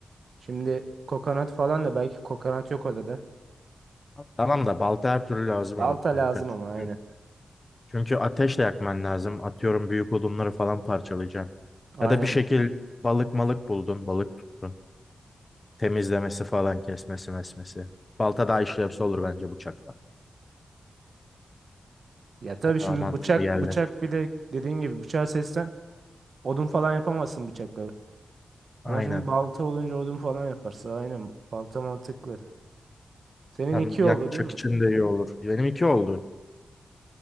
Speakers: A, on the right (about 60°); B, on the left (about 25°).
A: Şimdi kokonat falan da belki kokonat yok adada.
B: Tamam da balta her türlü lazım
A: Balta
B: olur kanka.
A: lazım
B: Çünkü,
A: ama aynen.
B: çünkü ateşle yakman lazım. Atıyorum büyük odunları falan parçalayacaksın.
A: Aynen.
B: Ya da bir şekil balık malık buldun, balık tuttun. Temizlemesi falan, kesmesi mesmesi. Balta daha işlevsel olur bence bıçakla.
A: Ya tabii
B: O
A: şimdi
B: daha mantıklı
A: bıçak
B: geldi.
A: bıçak bir de dediğin gibi bıçağı seçsen odun falan yapamazsın bıçakla.
B: Aynen.
A: Ama şimdi balta olunca odun falan yaparsın. Aynen. Balta mantıklı. Senin
B: Hem
A: iki
B: yakacak
A: oldu değil mi?
B: için de iyi olur. Benim iki oldu.